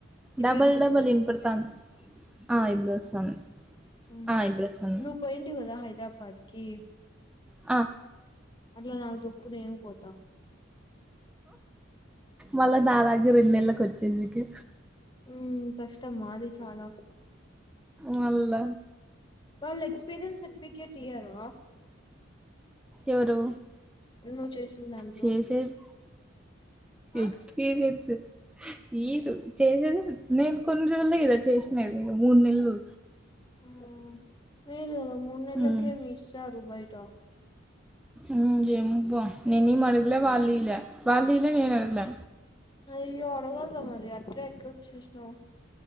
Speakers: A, on the left; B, in the centre.
A: ఇప్పుడు
B: డబల్
A: వినిపిస్తుందా
B: డబల్ ఇనపడుతాం ఆ ఇప్పుడు వసం
A: ఉమ్,
B: ఆ ఇప్పుడు వసం
A: నువ్వు పోయింటివి కదా హైదరాబాద్ కీ
B: అ
A: అట్లా నాకు జెప్పు నేను పోతా
B: మళ్ళా దాదాపు రెండు నెల్లకు వచ్చేసీకీ
A: ఊమ్ కష్టం మాది చాలా వరకు
B: మల్ల
A: వాళ్ళు ఎక్స్పీరియన్స్ సర్టిఫికేట్ ఇయరా
B: ఎవరూ
A: నువ్వు చేసిన దాంట్లో
B: చేసేది పిచ్
A: ఆ
B: ఈవెంట్సు ఈరు చేసేదే నేన్ కొన్ని రోజులే కద చేసిన్నేదీ మూన్నెళ్ళు
A: ఉమ్ ఏం లేదు మూడు నెల్లకే
B: ఉమ్,
A: మో ఇస్సారు బయట
B: ఊమ్ ఏమోబ్బా నేనేమ్ అడగలా వాల్లీలా వాల్లీలా మేము అడగలా
A: అయ్యో అడగాల కదా మరీ అట్ల ఎట్ల వచ్చేసినవ్